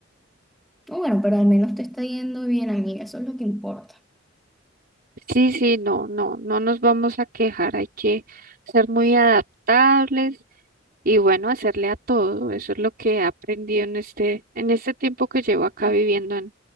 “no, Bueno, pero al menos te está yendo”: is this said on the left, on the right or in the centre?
Centre